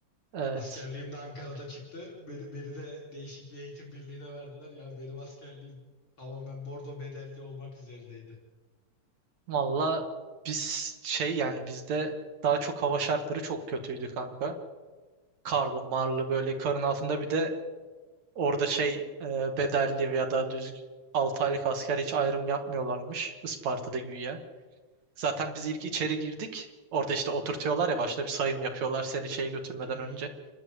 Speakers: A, on the right; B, on the left.
A: Evet.
B: Askerliğim de Ankara'da çıktı. Beni, beni de değişik bir eğitim birliğine verdiler. Ya benim askerliğim tamamen bordo bedelli olmak üzerindeydi.
A: Valla biz şey yani bizde daha çok hava şartları çok kötüydü kanka. Karlı marlı böyle karın altında bir de orada şey e, bedelli veya da düz 6 aylık asker hiç ayrım yapmıyorlarmış Isparta'da güya. Zaten biz ilk içeri girdik. Orada işte oturtuyorlar ya başta bir sayım yapıyorlar seni şeye götürmeden
B: Hı hı.
A: önce.